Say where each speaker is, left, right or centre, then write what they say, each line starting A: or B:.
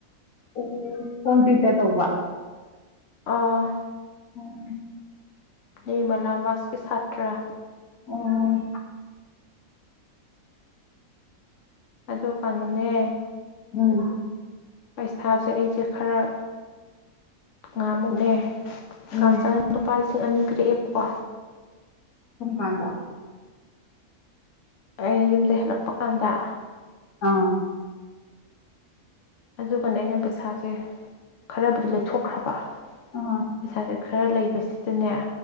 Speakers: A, on the left; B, on the left.
A: <unintelligible>
B: ꯑꯥ
A: ꯑꯣ
B: ꯅꯤꯃꯂꯥꯕꯥꯁꯀꯤ ꯁꯥꯇ꯭ꯔꯥ
A: ꯎꯝ
B: ꯑꯗꯨ ꯀꯥꯟꯩꯅꯣꯅꯦ
A: ꯎꯝ
B: ꯄꯩꯁꯥ ꯁꯦ ꯑꯩꯁꯦ ꯈꯔ ꯉꯥꯃꯨꯛ ꯅꯦ
A: ꯎꯝ
B: ꯀꯝ ꯆꯪꯗ ꯄꯥꯔꯤꯁ ꯂꯤꯁꯤꯡ ꯑꯅꯤ ꯄꯤꯔꯛꯑꯦꯕꯀꯣ
A: ꯁꯨꯨꯡ ꯀꯥꯟꯗ
B: ꯑ ꯌꯨꯝꯗꯩ ꯍꯦꯜꯂꯛꯄ ꯀꯥꯟꯗ
A: ꯑꯥ
B: ꯑꯗꯨꯒꯅ ꯑꯩꯅ ꯄꯩꯁꯥꯁꯦ ꯈꯔꯕꯨꯗꯤ ꯂꯩꯊꯣꯛꯈ꯭ꯔꯕ
A: ꯑꯥ
B: ꯄꯩꯁꯥꯁꯦ ꯈ ꯈꯔ ꯂꯩꯕꯁꯤꯗꯅꯦ